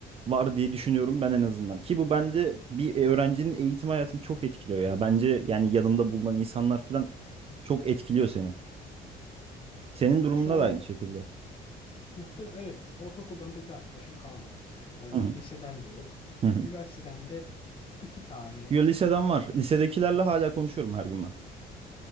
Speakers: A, on the right (about 35°); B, on the left (about 30°).
A: var diye düşünüyorum ben en azından. Ki bu bence bir e, öğrencinin eğitim hayatını çok etkiliyor ya. Bence yani yanında bulunan insanlar falan çok etkiliyor seni. Senin durumunda
B: Şu an
A: da aynı şekilde.
B: muhtemelen evet ortaokuldan pek arkadaşım kalmadı. Ee, liseden
A: Hı hı.
B: de yok.
A: Hı hı.
B: Üniversiteden de iki tane.
A: Yo, liseden var.
B: Ü-
A: Lisedekilerle hala konuşuyorum her gün ben.